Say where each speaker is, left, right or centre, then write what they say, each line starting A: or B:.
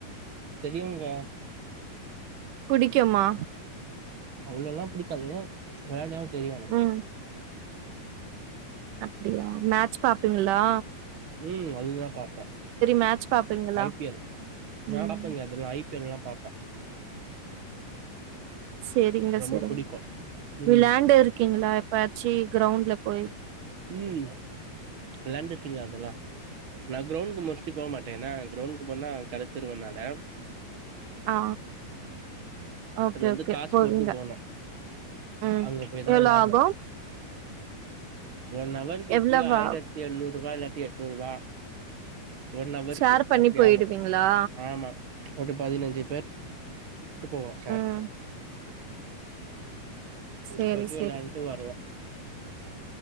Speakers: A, on the right; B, on the right.
A: தெரியுங்க
B: புடிக்குமா
A: அவ்ளோல்லா புடிக்காது விளையாடவ தெரியு எனக்
B: ம் அப்டியா மேட்ச் பாப்பிங்களா
A: ம் அது தா பாப்பே
B: மேட்ச் பாப்பீங்களா
A: ஐ பி எல்
B: ம்
A: நா பாப்பேங்க அதெல்லா ஐ பி எல் லா பாப்பே
B: சேரிங்க
A: ரொம்ப
B: சேரிங்க
A: புடிக்கு ம்
B: விளையாண்டு இருக்கீங்களா எப்பாயச்சி கிரவுண்ட்ல போய்
A: ம் விளையாண்ருக்கேங்க அதல்லா நா கிரவுண்டுக்கு மோஸ்ட்லி போ மாட்டே ஏனா கிரவுண்டுக்கு போனா கருத்துருவேனால
B: ஆ ஓகே
A: அது வந்து
B: ஓகே
A: காசு
B: போதுங்க
A: போட்டு போனு
B: ம்
A: அங்க போய் தா
B: எவ்ளோ
A: வெளாடுவே
B: ஆகு
A: நா ஒன் அவருக்கு எப்புடியோ
B: எவ்ளவு
A: ஆயிரத்தி
B: ஆகு
A: எழ்நூற் ருவா இல்லாட்டி எட்நூற் ருவா ஒன் அவருக்கு
B: ஷேர் பண்ணி
A: அப்டி
B: போயிடுவீங்களா
A: ஆகு ஆமா அப்புடி பதினஞ்சு பேர் ட்டு போவோ ஷேர்
B: ம் சேரி
A: போயிட்டு
B: சேரி
A: விளையாண்டுட்டு வர்லா